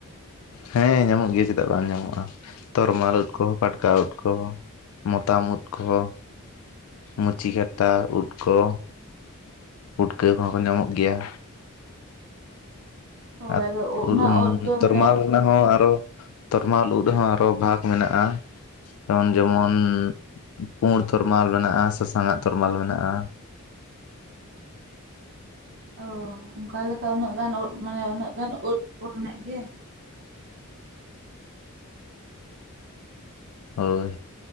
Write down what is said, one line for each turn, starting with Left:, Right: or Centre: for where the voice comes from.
Left: ᱦᱮᱸ ᱧᱟᱢᱚᱜ ᱜᱮᱭᱟ ᱪᱮᱫᱟᱜ ᱵᱟᱝ ᱧᱟᱢᱚᱜᱼᱟ ᱛᱚᱨᱢᱟᱞ ᱩᱫ ᱠᱚ ᱯᱟᱴᱠᱟ ᱩᱫ ᱠᱚ᱾ ᱢᱚᱛᱟᱢ ᱩᱫ ᱠᱚ ᱢᱩᱪᱤ ᱠᱷᱟᱛᱟ ᱩᱫ ᱠᱚ᱾ ᱯᱩᱴᱠᱟᱹ ᱠᱚᱦᱚᱸ ᱠᱚ ᱧᱟᱢᱚᱜ ᱜᱮᱭᱟ᱾
Right: ᱦᱳᱭ
Left: ᱟᱨ
Right: ᱟᱫᱚ ᱚᱱᱟ
Left: <inaudible>
Right: ᱳᱫ ᱫᱚ
Left: ᱛᱨᱢᱟᱞ
Right: ᱢᱟᱱᱮ
Left: ᱚᱱᱟ ᱦᱚᱸ ᱟᱨᱚ ᱛᱚᱨᱢᱟᱞ ᱩᱫ ᱨᱮᱦᱚᱸ ᱟᱨᱚ ᱵᱷᱟᱜᱽ ᱢᱮᱱᱟᱜᱼᱟ। ᱡᱮᱢᱚᱱ ᱡᱮᱢᱚᱱ ᱯᱩᱰ ᱛᱚᱨᱢᱟᱞ ᱢᱮᱱᱟᱜᱼᱟ ᱥᱟᱥᱟᱝᱼᱟᱜ ᱛᱚᱨᱢᱟᱞ ᱢᱮᱱᱟᱜᱼᱟ।
Right: ᱚ ᱚᱠᱟ ᱞᱮᱠᱟ ᱩᱱᱟᱹᱜ ᱜᱟᱱ ᱩᱫ ᱢᱟᱱᱮ ᱩᱱᱟᱹᱜ ᱜᱟᱱ ᱩᱫ ᱠᱚ ᱢᱮᱱᱟᱜ ᱜᱮᱭᱟ?
Left: ᱦᱳᱭ